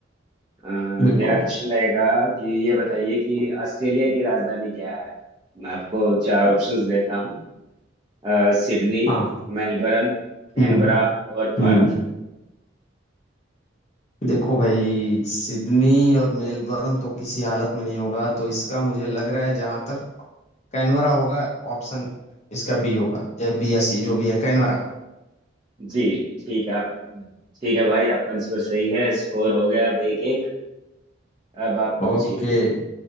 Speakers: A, on the right (about 25°); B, on the left (about 35°).
A: अ,
B: बिल्कुल
A: मेरा क्वेश्चन रहेगा कि ये बताइए कि ऑस्ट्रेलिया की राजधानी क्या है मैं आपको चार ऑप्शंस देता हूँ अ, सिडनी
B: हाँ
A: मेलबर्न कैनबरा
B: हम्म
A: और पर्थ
B: हम्म देखो भाई सिडनी और मेलबर्न तो किसी हालत में नहीं होगा तो इसका मुझे लग रहा है जहां तक कैनवरा होगा ऑप्शन इसका बी होगा या बी या सी जो भी है कैनवरा
A: जी ठीक है आप ठीक है भाई आपका आंसर सही है स्कोर हो गया अब एक एक अब आप
B: ओके
A: पूछिए मुझसे